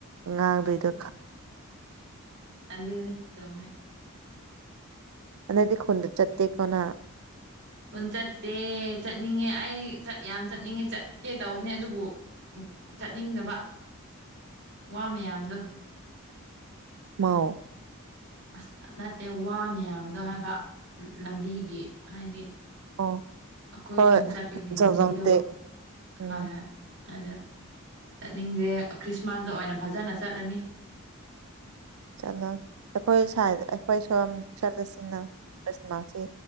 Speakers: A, on the right; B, on the right.
A: ꯉꯥꯡꯗꯣꯏꯗꯣ ꯈ
B: ꯑꯗ ꯑꯗꯨꯅꯦ ꯆꯃꯦ
A: ꯑꯗꯤ ꯈꯨ ꯆꯠꯦꯛ ꯀꯣꯟꯅꯥ
B: ꯎꯟ ꯆꯠꯇꯦ ꯆꯠꯅꯤꯡꯉꯦ ꯑꯩ ꯌꯥꯝ ꯆꯠꯅꯤꯡꯉꯦ ꯆꯠꯀꯦ ꯇꯧꯕꯅꯦ ꯑꯗꯨꯕꯨ ꯆꯠꯅꯤꯡꯗꯕ ꯋꯥ ꯃꯌꯥꯝꯗꯣ
A: ꯃꯥꯎ
B: ꯑꯁ ꯅꯠꯇꯦ ꯋꯥ ꯃꯌꯥꯝꯗꯣ ꯍꯥꯏꯕ ꯂꯝꯕꯤꯒꯤ ꯍꯥꯏꯗꯤ
A: ꯑꯣ
B: ꯑꯩꯈꯣꯏ
A: ꯍꯣꯏ
B: ꯈꯨꯟ ꯆꯠꯄꯒꯤ
A: ꯖꯥꯎ
B: ꯂꯝꯕꯤꯗꯣ
A: ꯖꯥꯎ ꯇꯦꯛ ꯎꯝ
B: ꯍꯣꯏ ꯍꯣꯏ ꯑꯗ ꯆꯠꯅꯤꯡꯗꯦ ꯈ꯭ꯔꯤꯁꯃꯥꯁꯇ ꯑꯣꯏꯅ ꯐꯖꯅ ꯆꯠꯂꯅꯤ
A: ꯆꯠꯂꯣ ꯑꯩꯈꯣꯏ ꯁ ꯑꯩꯈꯣꯏ ꯁꯝ ꯆꯠꯂꯁꯤꯅ ꯈ꯭ꯔꯤꯁꯃꯥꯁꯁꯤ